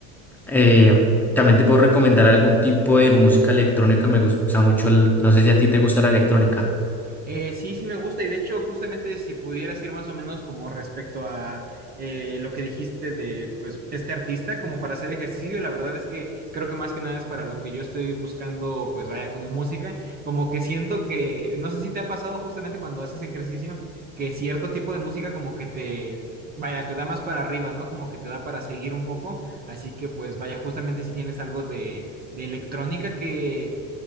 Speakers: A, in the centre; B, on the right.
A: Eh, también te puedo recomendar algún tipo de música electrónica, me gusta mucho el, no sé si a ti te gusta la electrónica.
B: Eh, sí, sí me gusta y de hecho justamente si pudieras ir más o menos como respecto a eh, lo que dijiste de pues este artista como para hacer ejercicio, la verdad es que creo que más que nada es para lo que yo estoy buscando pues vaya como música, como que siento que no sé si te ha pasado justamente cuando haces ejercicio que cierto tipo de música como que te vaya te da más para arriba, ¿no? Como que te da para seguir un poco, así que pues vaya justamente si tienes algo de, de electrónica que